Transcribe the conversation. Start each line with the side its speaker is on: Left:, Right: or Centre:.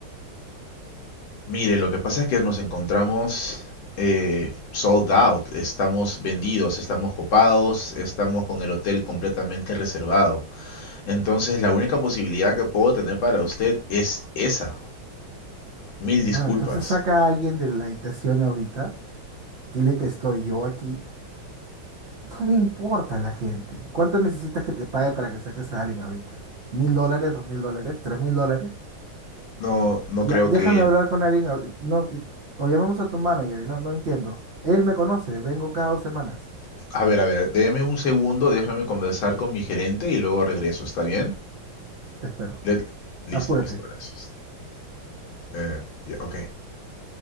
Left: Mire, lo que pasa es que nos encontramos eh, sold out, estamos vendidos, estamos copados, estamos con el hotel completamente reservado. Entonces, la única posibilidad que puedo tener para usted es esa. Mil
Right: Bueno,
Left: disculpas.
Right: entonces saca a alguien de la habitación ahorita, dile que estoy yo aquí. <laughs> No me importa la gente. ¿Cuánto necesitas que te pague para que saques a alguien ahorita? ¿Mil dólares, dos mil dólares, tres mil dólares?
Left: No, no
Right: Ya,
Left: creo
Right: déjame
Left: que...
Right: hablar con alguien ahorita. No, eh, o llamemos a tu manager, no, no entiendo. Él me conoce, vengo cada dos semanas.
Left: A ver, a ver, déme un segundo, déjame conversar con mi gerente y luego regreso, ¿está bien?
Right: Te espero.
Left: Le- listo,
Right: Apúrate.
Left: listo, gracias. Eh, y- ok,